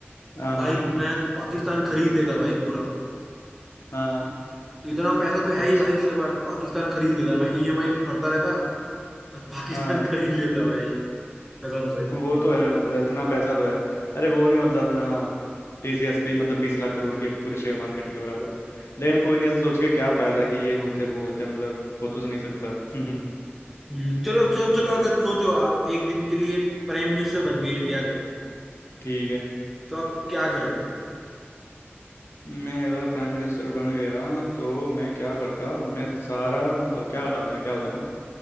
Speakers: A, on the left; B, in the centre.
A: हाँ
B: भाई
A: हाँ
B: मैं पाकिस्तान खरीद लेता भाई पूरा
A: हाँ
B: इतना पैसा तो है
A: अच्छा
B: ही भाई उसके पास पाकिस्तान खरीद लेता मैं ईएमआई भरता रहता और पाकिस्तान
A: हाँ
B: <laughs> खरीद लेता भाई कसम से
A: वो तो है मतलब इतना पैसा तो है अरे वो नहीं मतलब अपना टीसीएस पे ही मतलब बीस लाख करोड़ की है पूरे शेयर मार्केट के बराबर लेकिन कोई नहीं ऐसे सोच के क्या फायदा कि ये होते वो होते मतलब हो तो नहीं सकता <laughs>
B: हम्म चलो चलो चलो अगर सोचो आप एक दिन के लिए प्राइम मिनिस्टर बन गए इंडिया के
A: ठीक है
B: तो आप क्या करते
A: मैं अगर प्राइम मिनिस्टर बन गया तो मैं क्या करता मैं सारा मतलब क्या करता मैं क्या बताऊँ